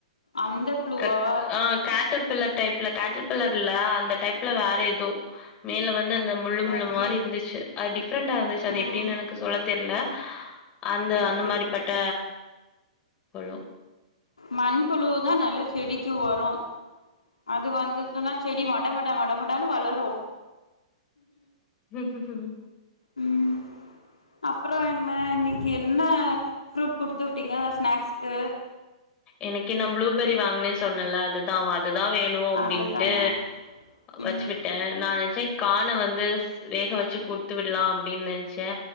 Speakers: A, on the left; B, on the left.
A: அந்த புழுவா
B: கக் ஆ கேட்டர் பில்லர் டைப்ல கேட்டர்பில்லர் இல்ல அந்த டைப்ல வேற ஏதோ மேல வந்து அந்த முள்ளு முள்ளு
A: ஓகே
B: மாரி இருந்துச்சு அது டிஃப்ரெண்டா இருந்துச்சு அது
A: ம்
B: எப்டின்னு எனக்கு சொல்ல தெர்ல அந்த
A: ஓகே
B: அந்த மாரி பட்ட பழோ
A: மண்புழுவுதா நல்ல செடிக்கு ஒரோ அது வந்துதுன்னா செடி மட் மட மட மடானு வளரோ
B: ம் ஹ்ம்ம்
A: ம் அப்ரோ என்ன இன்னிக்கு என்ன ஃப்ரூட் குடுத்து விட்டீங்க ஸ்நாக்ஸுக்கு
B: இன்னிக்கு நா ப்ளூபெரி வாங்குனே சொன்னல அதுதா அவ அதுதா வேணோ அப்டின்ட்டு
A: அதுதானா
B: வெச்சு
A: ம்
B: விட்டே நானு ஸ்வீட் கான வந்து வேக வெச்சு குடுத்து விடுலா அப்டின் நென்ச்சே